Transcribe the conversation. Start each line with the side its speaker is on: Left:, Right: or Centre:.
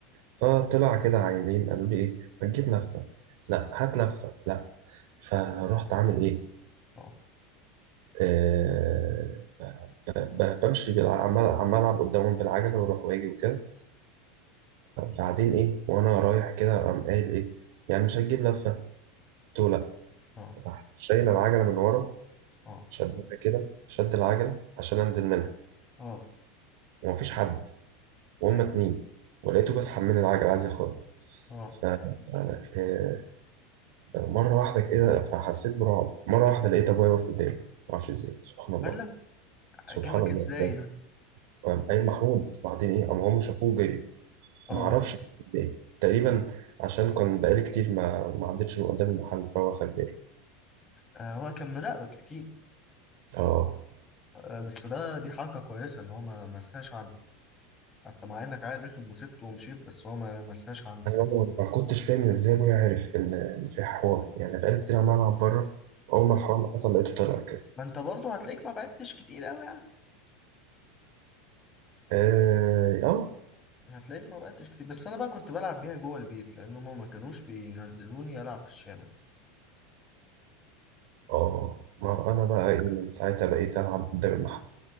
Right: فطلع كده عيلين قالوا لي ايه هتجيب لفه لا هات لفه لا فرحت عامل ايه
Left: اه
Right: آه ب- بمشي بالع- عمال عمال العب قدامهم بالعجله واروح واجي وكده بعدين ايه وانا رايح كده قام قايل ايه يعني مش هتجيب لفه قلت له لا
Left: اه
Right: راح شايل العجله من ورا
Left: اه
Right: شدها كده شد العجله عشان انزل منها
Left: اه
Right: ومفيش حد وهم
Left: ايوه
Right: اتنين ولقيته بسحب من العجله عايز ياخدها
Left: اه
Right: ف آه، مرة واحدة كده فحسيت برعب مرة واحدة لقيت أبويا واقف قدامي معرفش إزاي سبحان الله
Left: هلا
Right: سبحان
Left: جابك
Right: الله
Left: ازاي
Right: بابا
Left: ده
Right: قام قايل محمود بعدين إيه قام هم شافوه جري
Left: اه
Right: معرفش إزاي تقريبا عشان كان بقالي كتير ما ما عدتش من قدام المحل فهو خد بالي
Left: آه، هو كان مراقبك اكيد
Right: آه
Left: آه، بس ده دي حركة كويسة ان هو ما مسهاش عنك حتى مع انك عادي داخل مصيبته ومشيت بس هو ما مسهاش عنك
Right: أنا ما ما كنتش فاهم إزاي أبويا عارف إن إن في حوار يعني بقالي كتير عمال ألعب بره أول ما الحوار اللي حصل لقيته طلع كده
Left: ما انت برضه هتلاقيك ما بعدتش كتير قوي يعني
Right: آه آه
Left: هتلاقيك ما بعدتش كتير بس انا بقى كنت بلعب بيها جوه البيت لان هما ما كانوش بينزلوني العب في الشارع
Right: آه. ما أنا بقى إيه من ساعتها بقيت ألعب قدام المحل